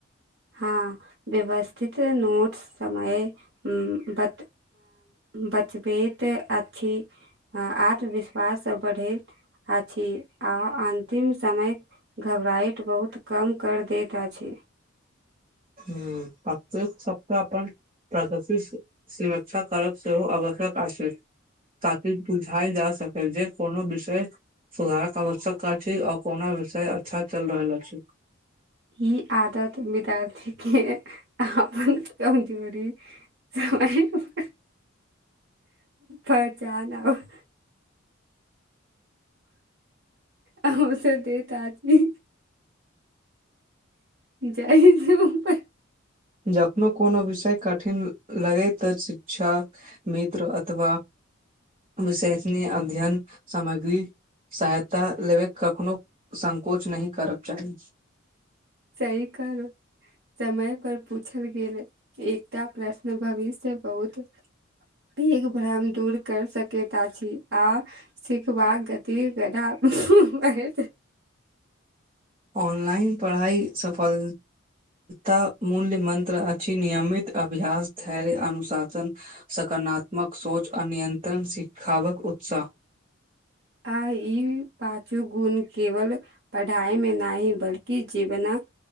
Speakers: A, on the right (about 60°); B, on the right (about 30°).
A: हँ व्यवस्थित नोट्स समय बत बचबैत अछि आत्मविश्वास बढ़ैत अछि आ अन्तिम समय घबराहट बहुत कम कर दैत अछि
B: ह फक्त फक्त अपन <unintelligible> प्रगति सुरक्षा करब सेहो आवश्यक अछि ताकि बुझाय जा सके जे कोनो विषय सुधारक आवश्यकता अछि आओ कोना विषय अच्छा चलि रहल अछि
A: ई आदत विद्यार्थी के अपन कमजोरी ओ <unintelligible>
B: <inaudible>
A: परचान आउ <unintelligible> आ ओ सब देत आदमी जाइ छै पर
B: जखननो कोनो विषय कठिन लगैत शिक्षा मित्र अथवा विशेषी अध्ययन सामग्री सहायता लेबय कखनोहु संकोच नहि करक चाही
A: सही कर <unintelligible> समय पर पूछल गेल एकटा प्रश्न भविष्य बहुत पघ भ्रम दूर कर सकता छी आ सिखबाक गति गदा त <unintelligible>
B: ऑनलाइन पढ़ाई सफल तऽ मूल्य मन्त्र अछि नियमित अभ्यास धैर्य अनुशासन सक गनात्मक सोच आ नियंत्रण सिखावक उत्साह
A: आ ई पाचू गुण केवल पढ़ाइमे नहि बल्कि जीवनक